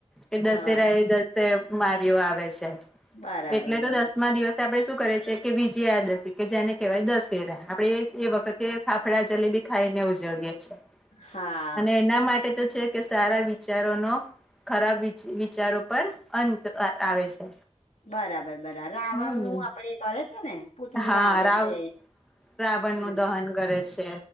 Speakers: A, in the centre; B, on the left (about 75°).
A: કે દસેરા
B: હા
A: દસે મારીઓ આવે છે
B: બરાબર
A: એટલે
B: બરાબર
A: તો દસમા દિવસે આપણે શું કરે છે કે વિજયાદશી કે જેને કહેવાય દશેરા આપણેે એ વખતે ફાફડા જલેબી ખાઈ ને ઉજવીએ છીએ.
B: હા
A: અને એના માટે તો છે કે સારા વિચારોનો ખરાબ વિચારો પર અંત આવે છે.
B: બરાબર બરાબર રાવણ
A: હમ
B: નું આપડે કરે છે ને પૂતળું
A: હા
B: બારે
A: રાવ
B: છે.
A: રાવણ
B: હમ
A: નું દહન કરે છે.